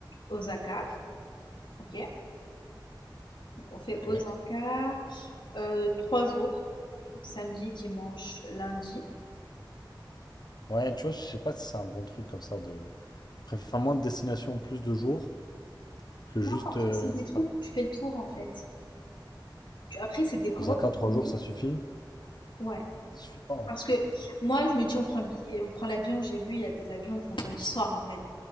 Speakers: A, on the left (about 70°); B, on the left (about 55°).
A: Osaka, ok? Donc on fait
B: Ok.
A: Osaka euh, trois jours, donc samedi, dimanche, lundi.
B: Ouais, tu vois, je sais pas si c'est un bon truc comme ça de. Je préfère faire moins de destinations, plus de jours que juste.
A: Non, parce
B: euh,
A: que c'est des trucs
B: ça-
A: où tu fais le tour en fait. Tu- Après c'est des grosses
B: Osaka, 3
A: journées.
B: jours, ça suffit?
A: Ouais.
B: Ça suffit pas. hein.
A: Parce que moi je me dis on prend le billet, on prend l'avion, j'ai vu il y a des avions le vendredi soir en fait.